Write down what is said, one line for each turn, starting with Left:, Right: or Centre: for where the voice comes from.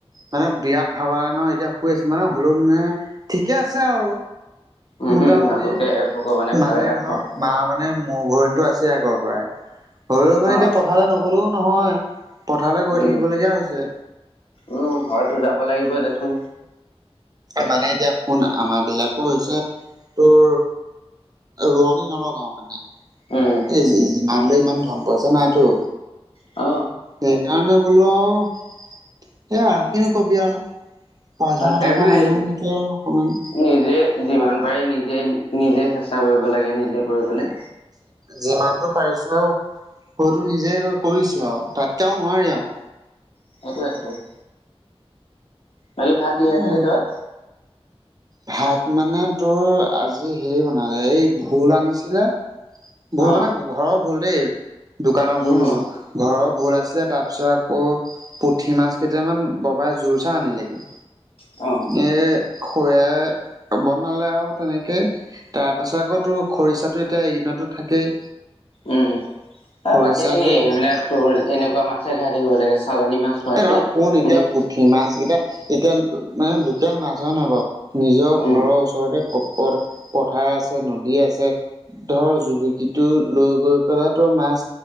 Right: মানে বিৰাট ভাব লাগে ন এতিয়া শুই আছো মানে হলেও মানে ঠিকে আছে আৰু।
Left: উম
Right: মোটামুটি
Left: উম থাকক দে ভগৱানে ভালে
Right: মানে
Left: ৰাখক
Right: ধৰক, মা মানে মোৰ ঘৰিণতো আছে আগৰ পৰাই হও মানে
Left: অ
Right: এতিয়া পথাৰলৈ নগলেও নহয়। পথাৰলৈ গৈ
Left: উম
Right: থাকিব লগগীয়া হৈছে।
Left: উম, হয়তো যাব লাগিবই দেচোন।
Right: মানে এতিয়া শুন আমাৰ বিলাকো হৈছে তোৰ, ৰোৱনী নলগাও মানে
Left: উম
Right: এই ইমান লৈ ইমান ধন পইচা নাইতো।
Left: অ,
Right: সেইকাৰণে বোলো আৰু। সেয়া আৰু কিনো কবি আৰু পইচা নথকা
Left: সেইটোৱেই
Right: মানুহৰ এটোয়া আৰু অকমান,
Left: নিজে যিমান পাৰি নিজে নিজে চেষ্টা কৰিব লাগে নিজে কৰিবলে।
Right: যিমানতটো পাৰিছো আৰু সতো নিজে কৰিছো আৰু তাতকেও নোৱাৰি আৰু।
Left: সেইটোৱে-সেইটোৱে। বাকী ভাত কিহে
Right: উম
Left: খালি তই?
Right: ভাত মানে তোৰ আজি হেৰি বনালে এই ভোল আনিছিলে। ভোল
Left: অ
Right: মানে ঘৰৰ ভোল দেই দোকানৰ
Left: উম
Right: ভোল নহয়।
Left: হম
Right: ঘৰৰ ভোল আছিলে তাৰ পিছত আকৌ। পুঠি মাছ কেইটামান ববাই জোৰ চা আনিলেগে।
Left: অ,
Right: এই খয়া বনালে আৰু তেনেকে। তাৰ পাছত আকৌ তো খৰিচাতো এতিয়া এইদিনতো থাকেই।
Left: উম,
Right: খৰিচা
Left: বাকী এইবিলাক
Right: লৈ
Left: তোৰ এনেকুৱা মাছে খাই থাকিব লাগে। চালানী মাছ খোৱাতকে
Right: এ নহয়
Left: মানে
Right: শুন এতিয়া পুঠি মাছ এতিয়া এতিয়া মানে লোকেল মাছ হয় নহয় বাৰু নিজৰ
Left: উম
Right: ঘৰৰ। ওচৰতে পথাৰ আছে, নদী আছে। ধৰ জুলুকিটো লৈ গৈ পেলাই ত মাছ।